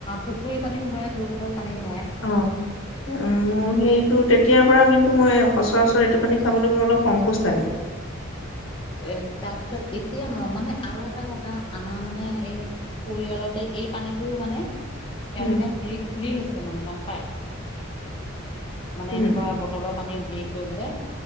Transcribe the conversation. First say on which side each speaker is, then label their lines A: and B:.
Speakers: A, on the left; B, on the left.
A: পুখুৰীৰ পানীও ভৰাই, য'ৰ-ত'ৰ পানী ভৰায়।
B: অ মোৰ সেইটো তেতিয়াৰ পৰা কিন্তু মই সচৰাচৰ এইটো পানী খাবলে মোৰ অলপ সংকোচ লাগে।
A: এ, তাৰ পিছত এতিয়া মই মানে আৰু এটা কথা আমাৰ মানে এই পৰিয়ালতে এই পানীটো মানে তেওঁলোকে
B: উম
A: হেৰি খুলি লৈছে মানে গম পাই। মানে
B: উম
A: এনেকুৱা বটলৰ পানী হেৰি কৰিবলে